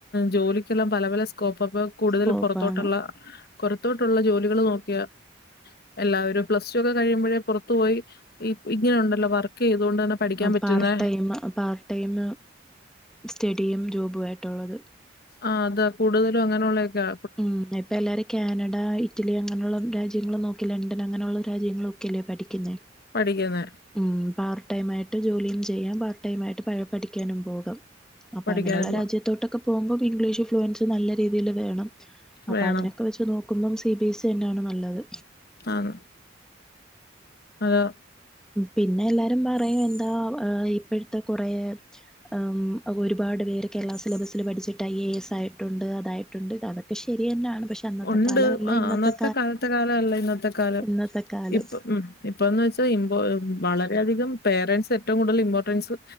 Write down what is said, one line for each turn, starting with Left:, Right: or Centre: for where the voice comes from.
Left: ജോലിക്കെല്ലാം പല പല സ് കോപ്പപ്പ കൂടുതലും
Centre: സ്കോപ്പാണ്
Left: പൊറത്തോട്ട്ള്ള കൊറത്തോട്ടുള്ള ജോലികള് നോക്കിയാ എല്ലാവരും പ്ലസ് ടു ഒക്കെ കഴിയുമ്പോഴേ പുറത്തു പോയി ഇ ഇങ്ങനെ ഉണ്ടല്ലോ വർക്ക് ക്ക്ഏതുകൊണ്ടാണ് പഠിക്കാൻ പറ്റ്ന്നേ
Centre: പാർട്ട് ടൈം പാർട്ട് ടൈം സ്റ്റഡിയും ജോബുവായിട്ടുള്ളത്
Left: ആഹ് അതാ കൂടുതലും അങ്ങനെയുള്ളൊക്കെയാ
Centre: ഉം ഇപ്പെ എല്ലാരേ കാനഡ, ഇറ്റലി അങ്ങനുള്ള രാജ്യങ്ങള് നോക്കി ലണ്ടൻ അങ്ങനെയുള്ള രാജ്യങ്ങളൊക്കെ അല്ലേ പഠിക്കുന്നേ.
Left: പഠിക്കുന്ന
Centre: ഉം പാർട്ട് ടൈം ആയിട്ട് ജോലിയും ചെയ്യാം. പാർട്ട് ടൈം ആയിട്ട് പഴ പഠിക്കാനും പോകാം. അപ്പൊ
Left: പഠിക്കാനും
Centre: അങ്ങനെയുള്ള രാജ്യത്തോട്ടൊക്കെ പോകുമ്പം ഇംഗ്ലീഷ് ഇൻഫ്ലുവൻസ് നല്ല രീതിയില് വേണം അപ്പ
Left: വേണം
Centre: അങ്ങനൊക്കെ വെച്ച് നോക്കുമ്പം, സി ബിഎസ് ഇ തന്നാണ് നല്ലത്.
Left: ആണ്. ആഹ്.
Centre: പിന്നെ എല്ലാരും പറയും. എന്താ ഇപ്പോഴത്തെ കുറേ, ആഹ് ഒരുപാട് പേര് കേരളാ സിലബസിൽ പഠിച്ചിട്ട്, ഐ എ എസ് ആയിട്ടുണ്ട്. അതായി ണ്ട് അതൊക്കെ ശരിയന്നാണ്. പക്ഷെ, അന്നത്തെ
Left: ഉണ്ട്.
Centre: കാലമല്ല
Left: ആഹ്
Centre: ഇന്നത്തെ
Left: അന്നത്തെ കാലത്തെ കാലം അല്ല ഇന്നത്തെ കാലം.
Centre: ഇന്നത്തെ കാലം
Left: ഇപ്പ ഉം. ഇപ്പോന്ന് വെച്ചാൽ ഇമ്പോ, വളരെയധികം പേരൻ്റ്സ് ഏറ്റവും കൂടുതല് ഇമ്പോർട്ടൻസ്,